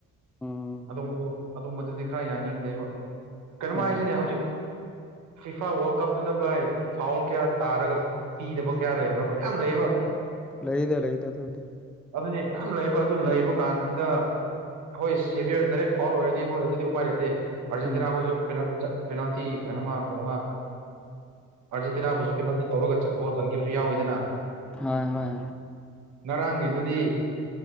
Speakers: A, in the centre; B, on the right (about 70°).
A: ꯎꯝ
B: ꯑꯗꯨꯝꯕ ꯑꯗꯨꯝꯕꯗꯨꯗꯤ ꯈꯔ ꯌꯥꯅꯤꯡꯗꯦꯕ ꯀꯩꯅꯣꯝ
A: ꯍꯣꯏ
B: ꯍꯥꯏꯁꯤꯅꯦ ꯍꯧꯖꯤꯛ ꯐꯤꯐꯥ ꯋꯥꯔꯜ ꯀꯞꯇꯨꯗ ꯚꯥꯏ ꯐꯥꯎꯜ ꯀꯌꯥ ꯇꯥꯔꯒ ꯄꯤꯗꯕ ꯀꯌꯥ ꯂꯩꯕ꯭ꯔꯕ ꯌꯥꯝ ꯂꯩꯌꯦꯕ
A: ꯂꯩꯗ ꯂꯩꯗ ꯑꯗꯨꯕꯨꯗꯤ
B: ꯑꯗꯨꯅꯦ ꯌꯥꯝ ꯂꯩꯌꯦꯕ ꯑꯗꯨ ꯂꯩꯕ ꯀꯥꯟꯁꯤꯗ ꯍꯣꯏ ꯁꯦꯚꯌꯔ ꯗꯥꯏꯔꯦꯛ ꯐꯥꯎꯜ ꯑꯣꯏꯔꯗꯤ ꯍꯣꯏ ꯑꯗꯨꯗꯤ ꯎꯄꯥꯏ ꯂꯩꯇꯦ ꯑꯔꯖꯦꯟꯇꯤꯅꯥ
A: ꯎꯝ
B: ꯀꯁꯨ ꯄꯦꯅꯥ ꯄꯦꯅꯥꯜꯇꯤ ꯀꯩꯅꯅ ꯀꯩꯅꯣ ꯑ ꯑꯥꯔꯖꯦꯟꯇꯤꯅꯥꯕꯨꯁꯨ ꯄꯦꯅꯥꯜꯇꯤ ꯇꯧꯔꯒ ꯒꯣꯜ ꯆꯟꯈꯤꯕꯁꯨꯎꯋꯏꯗꯅ
A: ꯍꯣꯏ ꯍꯣꯏ
B: ꯉꯔꯥꯡꯒꯤꯗꯨꯗꯤ